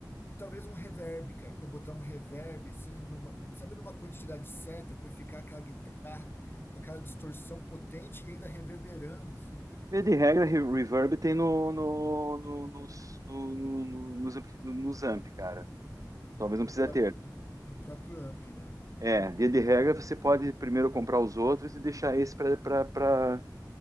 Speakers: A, on the left (about 30°); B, on the right (about 50°).
A: e talvez um reverb, cara, para botar um reverb assim, numa, sabe, numa quantidade certa para ficar aquela guitarra com aquela distorção potente e ainda reverberando assim, cara,
B: Via de regra, re- reverb tem no, no, no- nos, no- no- no- nos, ampli- nos amp, cara. Talvez não
A: no
B: precisa
A: próprio
B: ter.
A: no, no próprio amp, né?
B: É, via de regra, você pode primeiro comprar os outros e deixar esse pra, pra, pra,